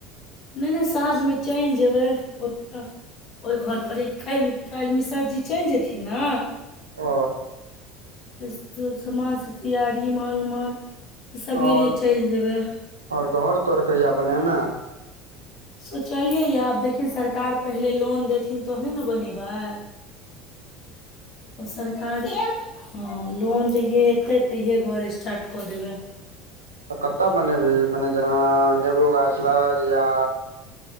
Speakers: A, on the left (about 40°); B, on the right (about 80°).
A: नै नै साँझमे चलि जेबै ओतऽ ओई घर पर एक काल्हि काल्हि मिसरजी चलि जेथिन न
B: ओ
A: त सामानसब तैयारी एम्हर ओम्हर तऽ सवेरे
B: आओर
A: चलि जेयबै
B: आओर घर तोर कहिया बनेमां
A: सोचलियै या आब देखिन सरकार पहिले लोन देथिन तहने न बनेबाय तऽ सरकार हँ लोन जहिये एते तैहिये घर स्टार्ट कऽ देबै
B: तऽ कतय बनेबही मने जेना नेबो गाछ लग या